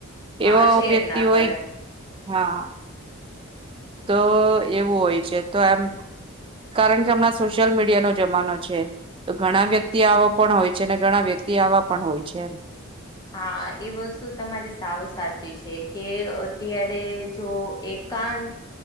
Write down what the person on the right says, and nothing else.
એવો
વ્યક્તિ
હોય.
હા. તો એવું હોય છે તો એમ કારણ કે હમણાં સોશિયલ મીડિયાનો જમાનો છે. તો ઘણા વ્યક્તિ આવો પણ હોય છે અને ઘણા વ્યક્તિ આવવા પણ હોય છે એમ